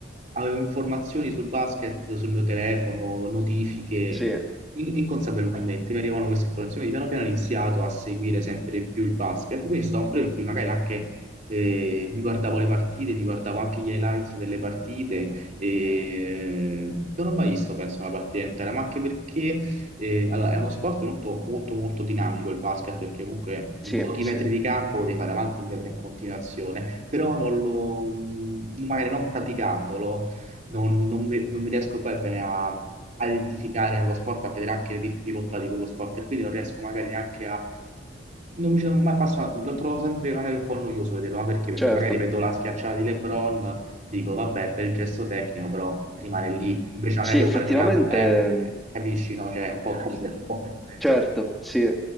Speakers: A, on the right; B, in the centre.
A: avevo informazioni sul basket, sul mio telefono, notifiche,
B: Sì,
A: in- inconsapevolmente mi arrivavano queste informazioni. Piano piano ho iniziato a seguire sempre più il basket, quindi è stato un periodo in cui magari anche eh, mi guardavo le partite, mi guardavo anche gli highlights delle partite, e non ho mai visto, penso, una partita intera, ma anche perché... Eh, allora, è uno sport molto, molto, molto dinamico il basket perché comunque in
B: sì,
A: pochi
B: sì,
A: metri di campo devi fare avanti e indietro in continuazione, però non lo, mh, magari non praticandolo non, non mi, non mi riesco poi bene a, a identificare lo sport, a vedere anche le difficoltà di quello sport e quindi non riesco magari neanche a... Non mi ci sono mai passato, lo trovo sempre magari un po' noioso vederlo, ma perché? Perché
B: certo.
A: magari vedo la schiacciata di LeBron, dico vabbè, bel gesto tecnico, però rimane lì Invece magari
B: Sì, effettivamente,
A: io praticamente, eh,
B: mh,
A: eh, capisci, no? Cioè, è un po' complesso, un po' complesso.
B: certo, sì.